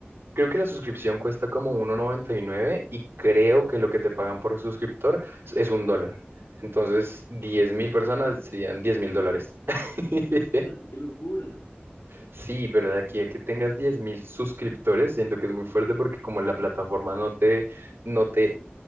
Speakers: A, on the right; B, on the left.
A: Creo que la suscripción cuesta como uno noventa y nueve y creo que lo que te pagan por suscriptor es un dólar. Entonces, diez mil personas serían diez
B: Uf,
A: mil dólares. <laughs>
B: imagínate qué locura.
A: Sí, pero de aquí a que tengas diez mil suscriptores, siento que es muy fuerte porque como la plataforma no te, no te